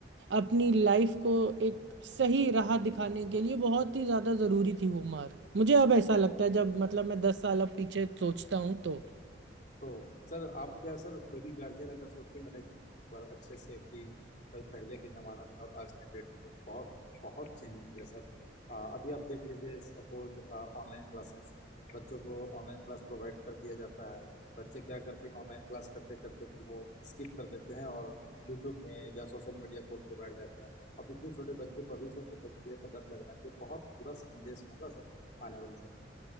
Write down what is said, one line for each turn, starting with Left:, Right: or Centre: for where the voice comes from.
Right: अपनी लाइफ को एक सही राह दिखाने के लिए बहुत ही ज़्यादा ज़रूरी थी वो मार मुझे अब ऐसा लगता है जब मतलब मैं दस साल अब पीछे सोचता हूँ तो
Left: तो सर आप क्या सर कोई भी गार्जियन अगर सोचेंगे ना एक बार अच्छे से कि भाई पहले के जमाना में और आज के डेट में बहुत बहुत चेंजिंग है सर अ, अभी आप देख लीजिए सपोज ऑनलाइन क्लासेस बच्चों को ऑनलाइन क्लास प्रोवाइड कर दिया जाता है बच्चे क्या करते हैं ऑनलाइन क्लास करते करते फिर वो स्किप कर देते हैं और यूट्यूब में या सोशल मीडिया खोल के बैठ जाते हैं अब इतने छोटे बच्चों को अभी से सोशल मीडिया का लत लगना ये बहुत बुरा संदेश होगा सर आने वाले समय